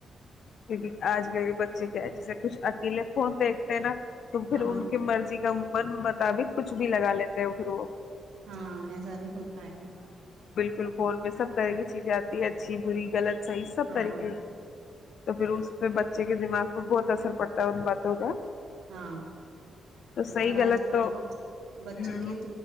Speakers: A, on the left; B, on the right.
A: کیونکہ آج کل کے ب ج جیسے کچھ اکیلے خون دیکھتے ہیں نا تو پھر
B: ہاں
A: ان
B: ہاں
A: کی مرضی من مطابق کچھ بھی لگ لیتے ہو پھر وہ
B: ہاں ایسا بھی ہوتا ہے
A: ب فون میں سب طرح کی چیزیں آتی ہے اچھی بری لط سس
B: ہاں
A: پ کے تو پھر اس پہ بچے کے دماغ پہ بہت اثر پڑتا ہے ان باتوں کا
B: ہاں
A: تو صحیح
B: اور
A: غلط
B: آج کل تو بچوں
A: ہوں،
B: کی